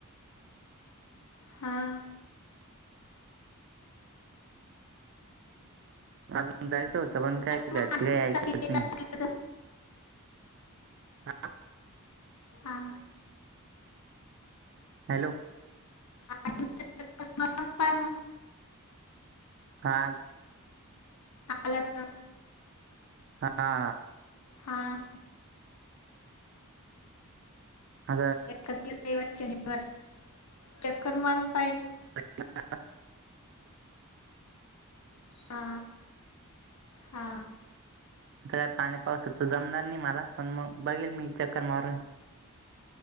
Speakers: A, on the left (about 85°); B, on the right (about 55°).
A: हां
B: अजून जायचं होतं पण काय
A: अरे
B: घचे
A: मग आठ
B: काही
A: दिवसात
B: ऐकत
A: यायचं
B: नाही
A: असलं तर
B: हां
A: हा
B: हॅलो
A: काय मग
B: हा
A: आला तर
B: हा
A: हा
B: अ
A: ए आणि शनिवार चक्कर मारून पाहिजे
B: का
A: हा हा
B: आता काय पाणी पावस तर जमणार नाही मला पण मग बघेल मी चक्कर मारून